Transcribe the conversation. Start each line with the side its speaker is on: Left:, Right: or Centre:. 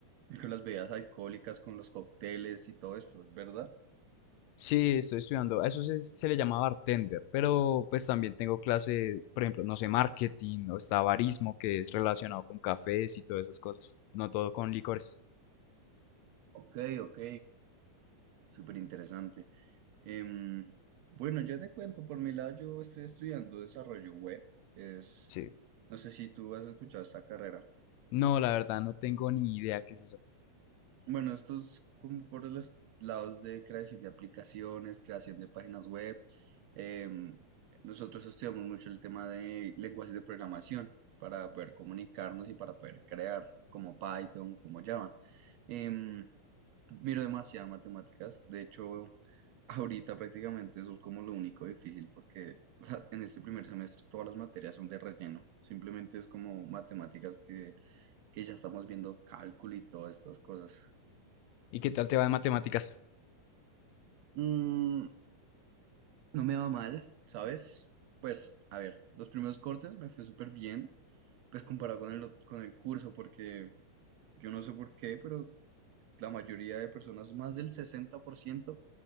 Right: con las bebidas alcohólicas, con los cócteles y todo esto, ¿es verdad?
Left: Sí, estoy estudiando. A eso se, se le llama bartender, pero pues también tengo clase, por ejemplo, no sé, marketing o está barismo, que es relacionado con cafés y todas esas cosas. No todo con licores.
Right: Ok, ok, súper interesante. Em, bueno, yo te cuento, por mi lado yo estoy estudiando desarrollo web. Es,
Left: Sí.
Right: no sé si tú has escuchado esta carrera.
Left: No, la verdad, no tengo ni idea qué es eso.
Right: Bueno, esto es como por los lados de creación de aplicaciones, creación de páginas web. Em, nosotros estudiamos mucho el tema de lenguajes de programación para poder comunicarnos y para poder crear, como Python, como Java. Em, miro demasiadas matemáticas. De hecho, ahorita prácticamente eso es como lo único difícil porque o sea, en este primer semestre todas las materias son de relleno. Simplemente es como matemáticas que, que ya estamos viendo cálculo y todas estas cosas.
Left: ¿Y qué tal te va en matemáticas?
Right: Mm, no me va mal, ¿sabes? Pues, a ver, los primeros cortes me fue súper bien, pues comparado con el, ot- con el curso, porque yo no sé por qué, pero la mayoría de personas, más del 60%,